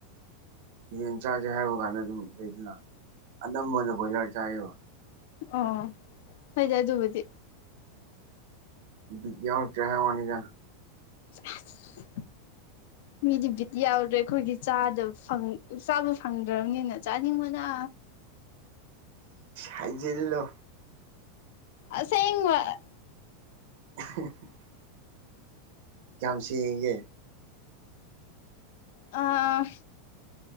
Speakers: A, on the right (about 60°); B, on the left (about 55°).
A: ꯌꯦꯟ ꯆꯥꯥꯁꯦ ꯍꯥꯏꯕ ꯀꯥꯟꯗ ꯑꯗꯨꯝ ꯂꯩꯗꯅ ꯑꯅꯝꯕꯅ ꯕꯣꯏꯂꯔ ꯆꯥꯏꯌꯦꯕ
B: ꯑꯣ ꯐꯣꯏꯗꯤ ꯑꯗꯨꯕꯨꯗꯤ
A: ꯕꯤꯒꯌꯥꯜ ꯆ꯭ꯔ ꯋꯥꯅꯤꯗ <inaudible>
B: ꯑꯁ ꯃꯤꯗꯤ ꯕꯤꯠ ꯌꯥꯎꯗ꯭ꯔꯦ ꯑꯩꯈꯣꯏꯒꯤ ꯆꯥꯗ ꯆꯥꯕ ꯐꯪꯗ꯭ꯔꯕꯅꯤꯅ ꯆꯥꯅꯤꯡꯕꯅ
A: ꯍꯥꯏꯖꯤꯜꯂꯣ
B: ꯑꯁꯦꯡꯉꯕꯥ
A: <inaudible> ꯀꯌꯥꯝ ꯁꯦꯉꯤꯒꯦ
B: ꯑ